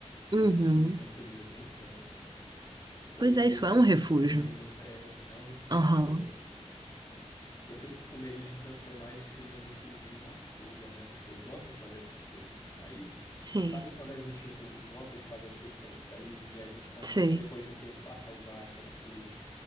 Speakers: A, on the left; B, on the right.
A: Às
B: Uhum.
A: vezes isso me tranquiliza de um tanto. Eu,
B: Pois é,
A: que
B: isso
A: eu esqueço
B: é um refúgio.
A: os problemas, é, não,
B: Aham.
A: acho que eu tô eu fico com medo de transformar esse meu refúgio em uma fuga, né? Tipo, eu gosto de fazer essas coisas. Aí,
B: Sim,
A: sabe quando a gente, tipo, gosta de fazer as coisas para distrair e a gente, com-
B: sei.
A: depois de um tempo, passa a usar essas coisas